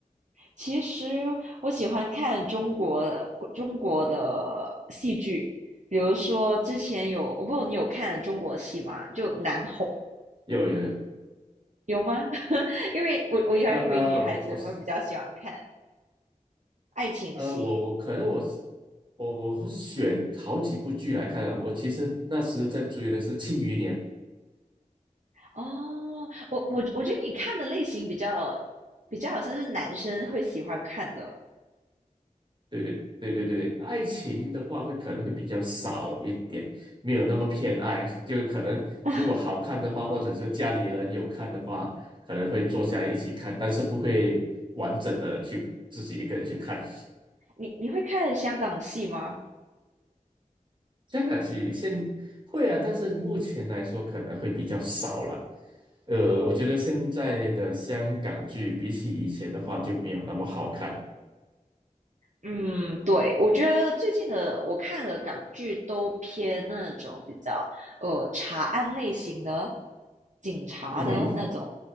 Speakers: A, on the right; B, on the right.
A: 其实我喜欢看中国的中国的戏剧，比如说之前有，我不知道你有看中国戏吗？就难哄
B: 有有，
A: 有吗？<laughs> 因为我我还以为女孩子会比较喜欢看
B: 呃呃，我我是
A: 爱情戏
B: 呃我我可能我是我我会选好几部剧来看啊。我其实那时在追的是《庆余年》，
A: 哦。我我我觉得你看的类型比较比较好像是男生会喜欢看的。
B: 对对对对对，对，爱情的话会可能会比较少一点，没有那么偏爱，就可能如果好看的话，
A: <laughs>
B: 或者是家里人有看的话，可能会坐下来一起看，但是不会完整的去自己一个人去看。
A: 你你会看香港戏吗？
B: 这个是现会啊，但是目前来说可能会比较少了。呃，我觉得现在的香港剧比起以前的话就没有那么好看。
A: 嗯，对，我觉得最近的我看的港剧都偏那种比较呃查案类型的、警察的那种，
B: 嗯哼，